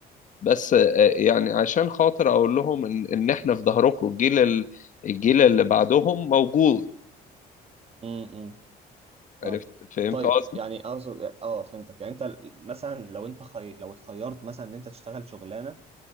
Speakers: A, on the left; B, on the right.
A: بس آه، يعني عشان خاطر اقول لهم ان ان احنا في ظهركم الجيل ال- الجيل اللي بعدهم موجود
B: امم فاهم
A: عرفت فهمت
B: طيب
A: قصدي
B: يعني اقصد اه فهمتك يعني انت مثلا لو انت خي... لو اتخيرت مثلا ان انت تشتغل شغلانه